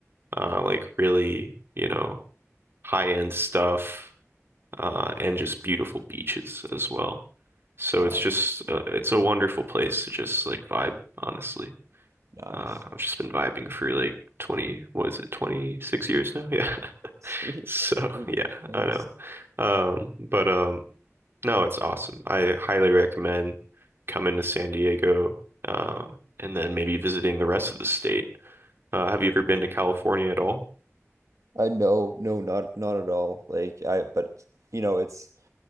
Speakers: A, on the right; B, on the right.
A: uh, like really, you know, high-end stuff, uh, and just beautiful beaches as well. So
B: Nice,
A: it's just uh, it's a wonderful place to just like vibe, honestly.
B: nice,
A: Uh, I've just been vibing for like 20, what is it, 26 years now? <laughs> Yeah.
B: <laughs> sweet,
A: So
B: sweet.
A: yeah,
B: Yes.
A: I know. Um, but um No, it's awesome. I highly recommend coming to San Diego, um, and then maybe visiting the rest of the state. Uh, have you ever been to California at all?
B: I know, no, not not at all. Like I, but you know, it's.